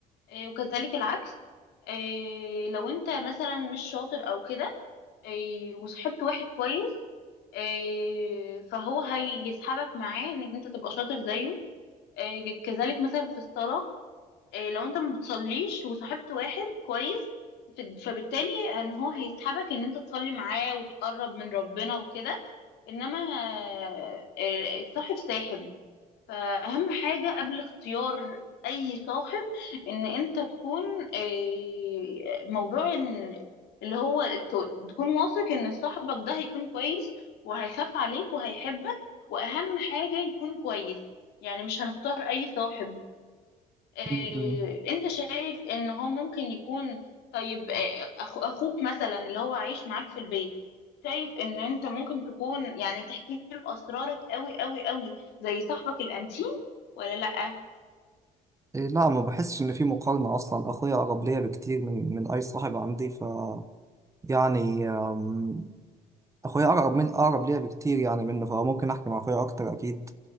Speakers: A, on the left; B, on the right.
A: آه، وكذلك العكس آه، لو انت مثلا مش شاطر او كده آه، وصاحبت واحد كويس آه، فهو هيسحبك معاه انك انت تبقى شاطر زيه آه، كذلك مثلا في الصلاة إيه لو انت ما بتصليش وصاحبت واحد كويس ف- فبالتالي ان هو هيسحبك ان انت تصلي معاه وتقرب من ربنا وكده انما آه، آه، الصاحب ساحب فاهم حاجة قبل اختيار اي صاحب ان انت تكون آه، موضوع إن اللي هو الت- تكون واثق ان صاحبك ده هيكون كويس وهيخاف عليك وهيحبك واهم حاجة يكون كويس يعني مش هنختار اي صاحب آه،
B: مم.
A: انت شايف ان هو ممكن يكون طيب آه، أخ- اخوك مثلا اللي هو عايش معاك في البيت شايف ان انت ممكن تكون يعني تحكي له اسرارك قوي قوي قوي زي صاحبك الانتيم ولا لا
B: إيه لا ما بحسش ان في مقارنة اصلا اخويا اقرب ليا بكتير من من اي صاحب عندي ف يعني أم، اخويا اقرب من اقرب ليا بكتير يعني منه فممكن احكي مع اخويا اكتر اكيد